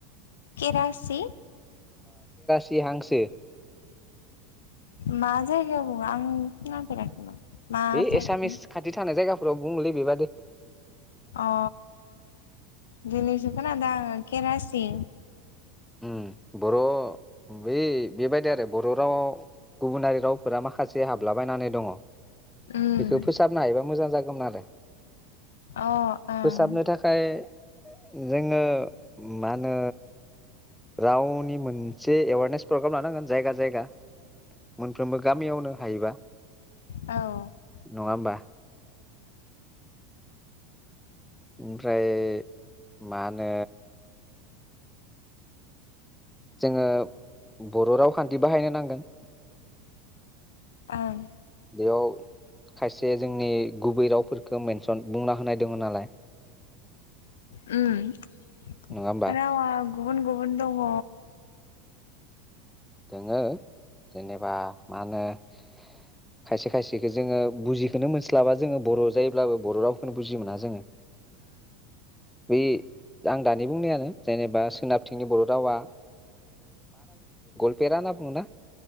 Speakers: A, on the left (about 80°); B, in the centre.
A: केरासि
B: सि हांसो।
A: मा जायगायाव बुङो आं खोनाफेराखैमोन? मा
B: है
A: साइडथिं
B: एसामिस खाथि थानाय जायगा फोराव बुङोलै बेबादि।
A: अ दिनैसो खोनादों आं केरासि।
B: उम्म। बर' बे बेबायदि आरो बर' रावआव गुबुनारि रावफोरा माखासे जे हाबलाबायनानै दङ
A: उम
B: बेखौ फोसाबनो हायोबा मोजां जागौमोन आरो।
A: अ ओं।
B: फोसाबनो थाखाय जोङो मा होनो रावनि मोनसे एवारनेस प्रग्राम लानांगोन जायगा जायगा। मोनफ्रोमबो गामियावनो हायोबा
A: औ ओं
B: नङा होमबा? ओमफ्राय मा होनो? जोङो बर' रावखान्थि बाहायनो नांगोन।
A: ओं।
B: बेयाव खायसे जोंनि गुबै रावफोरखौ मेनसन बुंना होनाय दङ नालाय।
A: उम्म
B: नङा होमबा
A: रावआ गुबुन गुबुन दङ।
B: दोङो। जेनेबा मा होनो? हम खायसे खायसेखो जोङो बुजि खौनो मोनस्लाबा जोङो बर' जायोब्लाबो बर' रावखौनो बुजि मोना जोङो। बे आं दानि बुंनायानो जेनेबा सोनाबथिंनि बर' रावा बेरा होनना बुंङोना